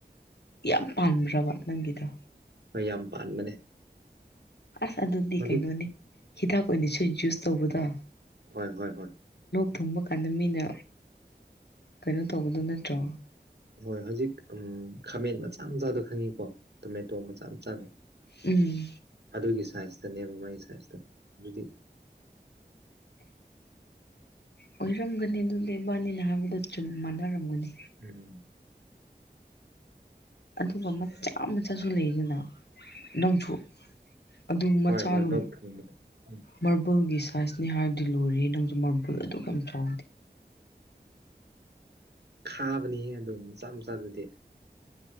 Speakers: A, on the left; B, on the right.
A: ꯌꯥꯝ ꯄꯥꯟꯕ꯭ꯔꯥꯕ ꯅꯪꯒꯤꯗꯣ
B: ꯍꯣꯏ ꯌꯥꯝ ꯄꯥꯟꯕꯅꯦ
A: ꯑꯁ ꯑꯗꯨꯗꯤ
B: ꯍꯧꯖꯤꯛꯇꯣ
A: ꯀꯩꯅꯣꯅꯦ ꯍꯤꯗꯥꯛ ꯑꯣꯏꯅ ꯁꯨ ꯖꯨꯁ ꯇꯧꯕꯗ
B: ꯍ ꯍꯣꯏ ꯍꯣꯏ
A: ꯊꯨꯡꯕ ꯀꯥꯟꯗ ꯃꯤꯅ ꯀꯩꯅꯣ ꯇꯧꯕꯗꯨ ꯅꯠꯇ꯭ꯔꯣ
B: ꯍꯣꯏ ꯍꯧꯖꯤꯛ ꯑꯝ ꯈꯥꯃꯦꯟ ꯃꯆꯥ ꯃꯆꯥꯗꯣ ꯈꯪꯉꯤꯀꯣ ꯇꯣꯃꯦꯇꯣ ꯃꯆꯥ ꯃꯆꯥꯗꯣ
A: ꯎꯝ
B: ꯑꯗꯨꯒꯤ ꯁꯥꯏꯖ ꯆꯅꯦꯕ ꯃꯥꯒꯤ ꯁꯥꯏꯁꯇꯣ ꯑꯗꯨꯗꯤ
A: ꯑꯣꯏꯔꯝꯒꯅꯤ ꯑꯗꯨꯗꯤ ꯃꯥꯅꯤ ꯍꯥꯏꯕꯗꯨ ꯆꯨꯝ ꯃꯥꯟꯅꯔꯝꯒꯅꯤ
B: ꯎꯝ
A: ꯑꯗꯨꯒ ꯃꯆꯥ ꯃꯆꯥꯁꯨ ꯂꯩꯗꯅ ꯅꯪꯁꯨ ꯑꯗꯨ ꯃꯆꯥꯗꯨ
B: ꯍꯣꯏ ꯍꯣꯏ ꯂꯣꯛ ꯊꯨꯡꯕꯗꯣ ꯎꯝ
A: ꯃꯥꯔꯕꯜꯒꯤ ꯁꯥꯏꯖꯅꯦ ꯍꯥꯏꯔꯗꯤ ꯂꯣꯏꯔꯦ ꯅꯪꯁꯨ ꯃꯥꯕꯨꯜ ꯑꯗꯨ ꯀꯩ ꯆꯥꯎꯗꯦ
B: ꯈꯥꯕꯅꯤꯍꯦ ꯑꯗꯨꯝ ꯃꯆꯥ ꯃꯆꯥꯗꯨꯗꯤ